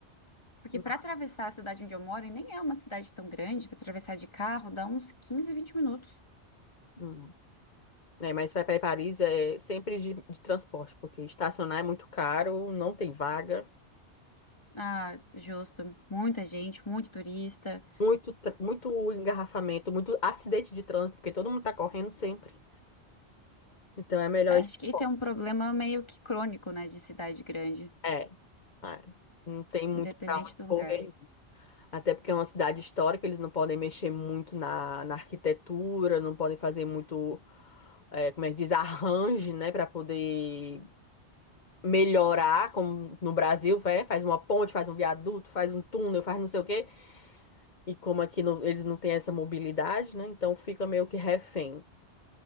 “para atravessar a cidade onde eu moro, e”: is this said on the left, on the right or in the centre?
Left